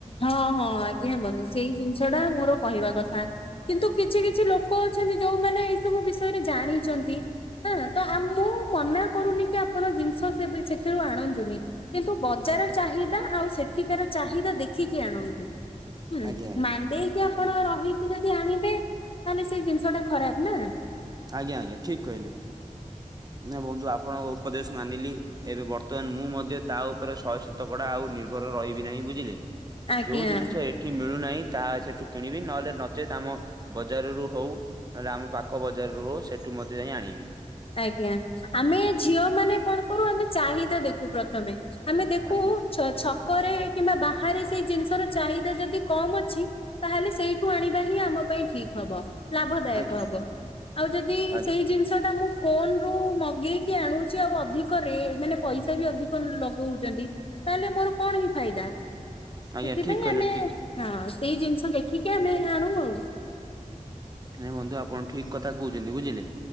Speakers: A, on the left; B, on the right.
A: ହଁ ହଁ ଆଜ୍ଞା ବନ୍ଧୁ ସେଇ ଜିନିଷ ଟା ମୋର କହିବା କଥା। କିନ୍ତୁ କିଛି କିଛି ଲୋକ ଅଛନ୍ତି ଯୋଉମାନେ ଏଇ ସବୁ ବିଷୟରେ ଜାଣିଚନ୍ତି। ନା ତ ଆ ମୁଁ ମନା କରୁନି କି ଆପଣ ଜିନିଷ ସେଥିରୁ ଆଣନ୍ତୁନି। କିନ୍ତୁ ବଜାର
B: ଆଜ୍ଞା
A: ଚାହିଦା ଆଉ ସେଠିକାର ଚାହିଦା ଦେଖିକି ଆଣନ୍ତୁ। <unintelligible>
B: ଆଜ୍ଞା ଆଜ୍ଞା
A: ମନ୍ଦେଇ କି ଆପଣ ରହିକି ଯଦି ଆଣିବେ ତାହେଲେ ସେଇ ଜିନିଷ ଟା ଖରାପ ନାଆ।
B: ଆଜ୍ଞା ଆଜ୍ଞା ଠିକ କହିଲେ, ନାଇ ବନ୍ଧୁ ଆପଣଙ୍କ ଉପଦେଶ ମାନିଲି। ଏବେ ବର୍ତ୍ତମାନ ମୁଁ ମଧ୍ୟ ତା ଉପରେ ଶହେ ଶତକଡା ଆଉ ନିର୍ଭର ରହିବି ନାହିଁ ବୁଝିଲେ।
A: ଆଜ୍ଞା।
B: ଯୋଉ ଜିନିଷ ଏଟ୍ ଠି ମିଳୁନାହିଁ ତାହା ସେଠୁ କିଣିବି, ନଏଲେ ନଚେତ୍ ଆମ ବଜାର ରୁ ହୋଉ ନଲେ ଆମ ପାଖ ବ୍ ଜରୁ ହୋଊ ସେଠୁ ମଧ୍ୟ ଯାଇ ଆଣିବି।
A: ଆଜ୍ଞା, ଆମେ ଝିଅ ମାନେ କଣ କରୁ ଆମେ ଚାହିଦା ଦେଖୁ ପ୍ରଥମେ। ଆମେ ଦେଖୁ
B: ଆଜ୍ଞା
A: ଛ ଛକରେ କିମ୍ବା ବାହାରେ ସେଇ ଜିନିଷ ର ଚାହିଦା ଯଦି କମ୍ ଅଛି, ତାହେଲେ ସେଇଠୁ ଆଣିବା ହିଁ ଆମ ପାଇଁ ଠିକ୍ ହବ। ଲାଭଦାୟକ
B: ଆଜ୍ଞା
A: ହବ, ଆଉ ଯଦି
B: ଆଜ୍ଞା
A: ସେଇ ଜିନିଷଟା ମୁଁ କୋନ୍ ରୁ ମଗେଇକି ଆଣୁଚି ଆଉ ଅଧିକ ରେ ମାନେ ପଇସା ବି ଅଧିକ ଲଗୋଉଚନ୍ତି, ତାହେଲେ ମୋର କଣ ହିଁ ଫାଇଦା?
B: ଆଜ୍ଞା
A: ସେଥିପାଇଁ
B: ଠିକ କହିଲେ
A: ଆମେ
B: ଠିକ କହିଲେ।
A: ହଁ ସେଇ ଜିନିଷ ଦେଖିକି ଆମେ ଆଣୁ ଆଉ।
B: ନାଇଁ ବନ୍ଧୁ ଆପଣ ଠିକ୍ କଥା କହୁଚନ୍ତି ବୁଝିଲେ,